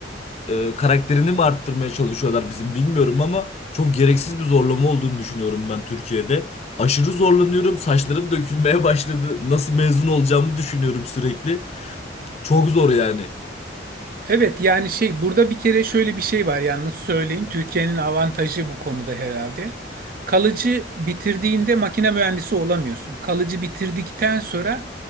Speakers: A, on the left (about 35°); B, on the right (about 50°).
A: e, karakterini mi arttırmaya çalışıyorlar bizim bilmiyorum ama çok gereksiz bir zorlama olduğunu düşünüyorum ben Türkiye'de. Aşırı zorlanıyorum, saçlarım dökülmeye başladı. Nasıl mezun olacağımı düşünüyorum sürekli. Çok zor yani.
B: Evet yani şey burada bir kere şöyle bir şey var yalnız söyleyeyim. Türkiye'nin avantajı bu konuda herhalde. Kalıcı bitirdiğinde makine mühendisi olamıyorsun. Kalıcı bitirdikten sonra